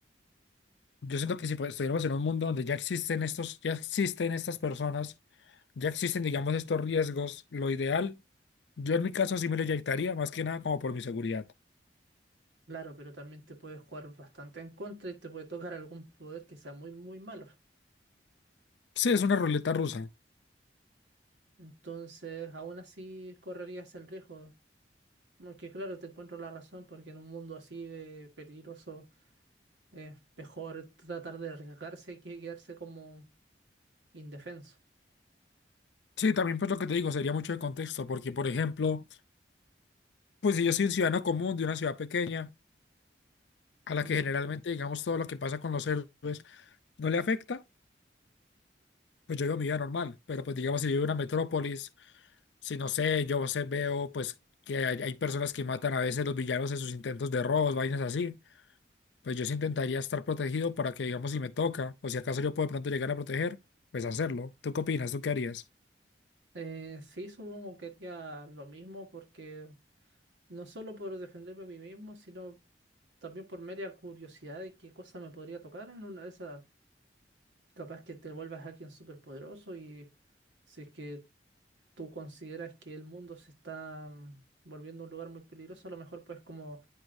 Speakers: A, on the left; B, on the right.
A: Yo siento que si pues, estuviéramos en un mundo donde ya existen estos, ya existen estas personas, ya existen, digamos, estos riesgos, lo ideal, yo en mi caso sí me lo inyectaría, más que nada como por mi seguridad.
B: Claro, pero también te puede jugar bastante en contra y te puede tocar algún poder que sea muy, muy malo.
A: Sí, es una ruleta rusa.
B: Entonces, aún así correrías el riesgo. Aunque claro, te encuentro la razón, porque en un mundo así de peligroso es mejor tratar de arriesgarse que quedarse como indefenso.
A: Sí, también pues lo que te digo sería mucho de contexto, porque por ejemplo, pues si yo soy un ciudadano común de una ciudad pequeña, a la
B: Ujú.
A: que generalmente digamos todo lo que pasa con los héroes no le afecta, pues yo vivo mi vida normal, pero pues digamos si vivo en una metrópolis, si no sé, yo sé, veo pues que hay, hay personas que matan a veces los villanos en sus intentos de robos, vainas así, pues yo sí intentaría estar protegido para que digamos si me toca, o si acaso yo puedo de pronto llegar a proteger, pues hacerlo. ¿Tú qué opinas? ¿Tú qué harías?
B: Eh, sí, supongo que haría lo mismo porque No solo por defenderme a mí mismo, sino también por mera curiosidad de qué cosa me podría tocar en una de esas. Capaz que te vuelvas alguien súper poderoso y si es que tú consideras que el mundo se está mm, volviendo un lugar muy peligroso, a lo mejor puedes como